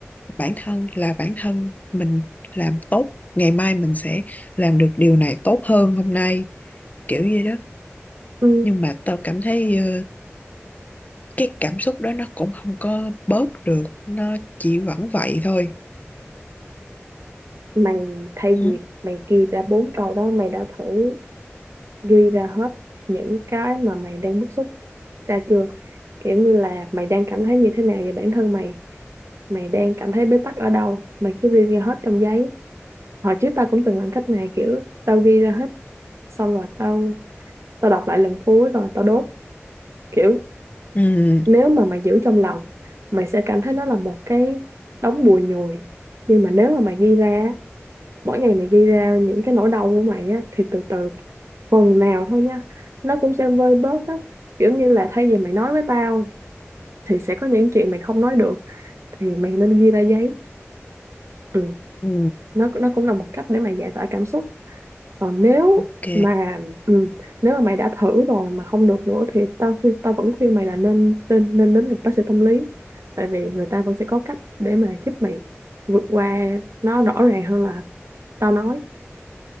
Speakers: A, on the left; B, on the right.
A: bản thân là bản thân mình làm tốt ngày mai mình sẽ làm được điều này tốt hơn hôm nay kiểu gì đó
B: Ừ,
A: nhưng mà tao cảm thấy ờ, cái cảm xúc đó nó cũng không có bớt được nó chỉ vẫn vậy thôi
B: mày thay
A: ừ
B: vì mày ghi ra bốn câu đó mày đã thử ghi ra hết những cái mà mày đang bức xúc ra chưa kiểu như là mày đang cảm thấy như thế nào về bản thân mày mày đang cảm thấy bế tắc ở đâu mày cứ ghi ra hết trong giấy hồi trước tao cũng từng làm cách này kiểu tao ghi ra hết xong rồi tao tao đọc lại lần cuối rồi tao đốt kiểu
A: ừ
B: nếu mà mày giữ trong lòng mày sẽ cảm thấy nó là một cái đống bùi nhùi nhưng mà nếu mà mày ghi ra á, mỗi ngày mày ghi ra những cái nỗi đau của mày á thì từ từ phần nào thôi nha nó cũng sẽ vơi bớt á kiểu như là thay vì mày nói với tao thì sẽ có những chuyện mày không nói được thì mày nên ghi ra giấy ừ.
A: ừ
B: nó nó cũng là một cách để mày giải tỏa cảm xúc còn nếu
A: ok
B: mà ừ, nếu mà mày đã thử rồi mà không được nữa thì tao khuyên tao vẫn khuyên mày là nên nên nên đến gặp bác sĩ tâm lý tại vì người ta vẫn sẽ có cách để mà giúp mày vượt qua nó rõ ràng hơn là tao nói